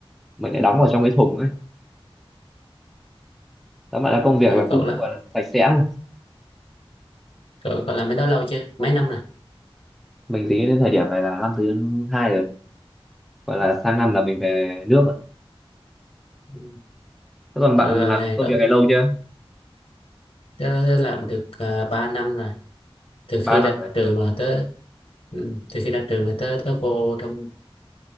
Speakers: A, in the centre; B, on the left (about 60°).
A: mình lại đóng vào trong cái thùng ấy tóm lại là công việc
B: rồi
A: là cũng
B: cậu là
A: gọi là sạch sẽ luôn
B: cậu, cậu làm cái đó lâu chưa mấy năm rồi
A: mình tính đến thời điểm này là năm thứ hai rồi gọi là sang năm là mình về nước rồi
B: Ừ.
A: thế còn bạn
B: cậu, là,
A: làm công
B: cậu,
A: việc
B: tớ
A: này lâu chưa
B: tớ làm được uh, 3 năm rồi từ
A: ba
B: khi
A: năm
B: ra
A: rồi
B: trường là tớ ừ, từ khi ra trường là tớ tớ vô trong